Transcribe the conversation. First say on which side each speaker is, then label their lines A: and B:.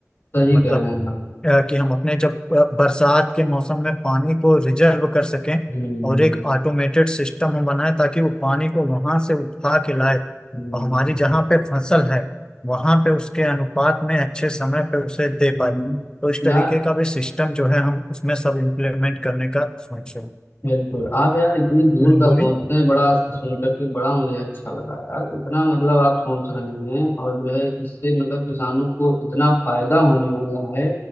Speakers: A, on the left (about 50°); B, on the left (about 15°).
A: सही
B: मतलब
A: कह रहे हैं आप
B: अ, कि हम अपने जब अ, बरसात के मौसम में पानी को रिजर्व कर सकें
A: हम्म
B: और एक ऑटोमेटेड सिस्टम हम बनाए ताकि वो पानी को वहां से उठा के लाए
A: हम्म
B: और हमारी जहाँ पे फसल है वहां पे उसके अनुपात में अच्छे समय पे उसे दे
A: हम्म।
B: पाए तो इस
A: यार
B: तरीके का भी सिस्टम जो है हम उसमें सब इम्प्लीमेंट करने का सोच रहे हैं
A: बिल्कुल आप यार इतनी दूर
B: हम्म,
A: का
B: बोलिए
A: सोचते हैं बड़ा सुन करके बड़ा मुझे अच्छा लगा यार इतना मतलब आप सोच रहे हैं और जो है इससे मतलब किसानों को इतना फायदा होने वाला है